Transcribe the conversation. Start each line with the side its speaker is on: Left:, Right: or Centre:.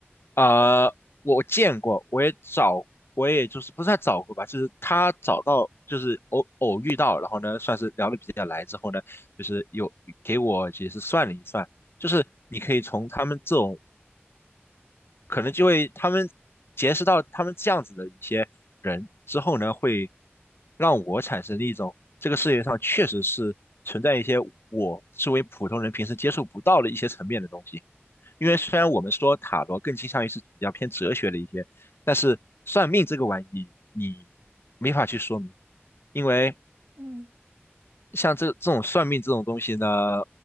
Left: 呃，
Right: 对，
Left: 我见过，我也找，我也就是不算找过吧，就是他找到，就是偶偶遇到，然后呢，算是聊得比较来之后呢，就是有给我也是算了一算，就是你可以从他们这种可能就会他们结识到他们这样子的一些人之后呢，会让我产生一种这个世界上确实是存在一些我作为普通人平时接触不到的一些层面的东西。
Right: 嗯
Left: 因为虽然我们说塔罗更倾向于是比较偏哲学的一些，但是算命这个玩意你没法去说明，因为
Right: 嗯
Left: 像这这种算命这种东西呢，